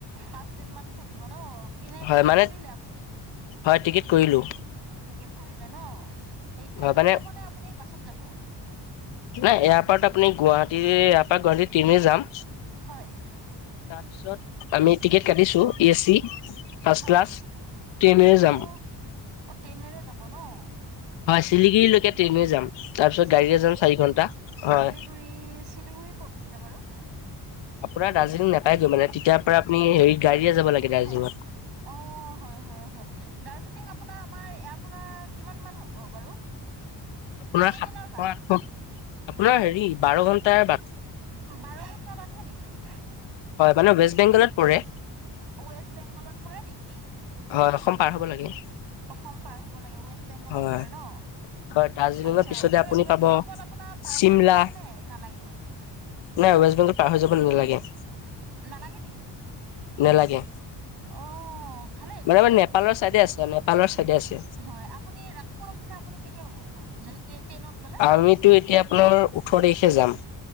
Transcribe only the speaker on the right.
পাঁচদিন মান থাকিব ন, এনে
টিকেট
কৰিলে আপুনি?
টিকেট কৰিলে ন এই ট্ৰেইনত
যাব নে আপুনি বাছত যাব
হয়
হয়
অ অ ট্ৰেইনেৰে যাব ন
চিলিগুৰি
চিলিগুৰি
চিলিগুৰি ক'ত আছিলে বাৰু
হয় অ হয় হয় হয় দাৰ্জিলিং আপোনাৰ আমাৰ ইয়াৰ পৰা কিমান মান হ'ব বাৰু <unintelligible>
কেইদিনৰ
বাট
বাৰ ঘণ্টাটা পাঠা নেকি
ৱেষ্ট বেংগলৰ পৰে নেকি
অসম পাৰ হ'ব লাগে ৱেষ্ট বেংগলত
পৰে ন
আচ্ছা
ৱেষ্ট
বেংগল আপোনাৰ পাৰ
হৈ যাব লাগে নে নালাগে
নালাগে নেকি
অ ভাল
তেনেহ
হয় আ পুৱ উঠিল আপুনি কেতিয়া পাব যদি ট্ৰেইনত গ'লে